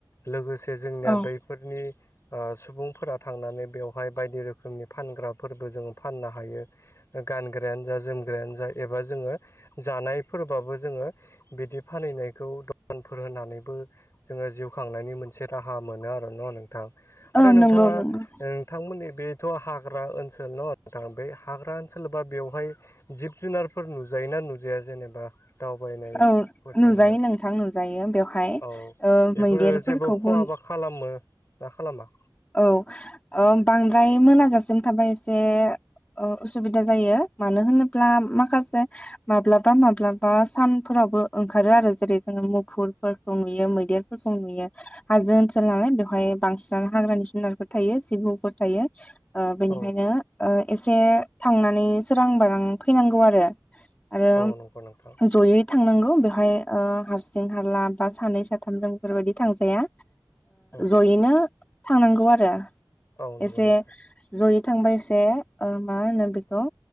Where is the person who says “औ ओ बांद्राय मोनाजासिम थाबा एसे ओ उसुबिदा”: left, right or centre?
Left